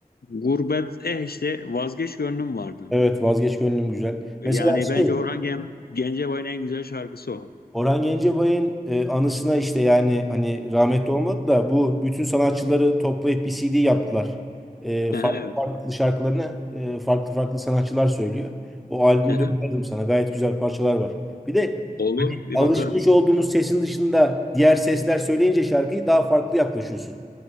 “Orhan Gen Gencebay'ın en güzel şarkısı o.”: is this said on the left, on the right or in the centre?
Left